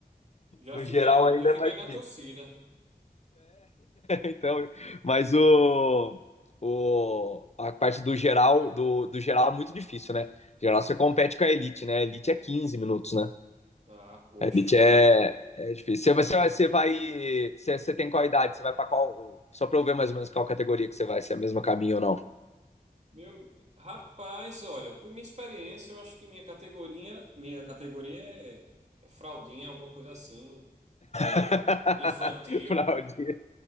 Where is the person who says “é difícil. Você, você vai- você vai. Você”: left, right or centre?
Left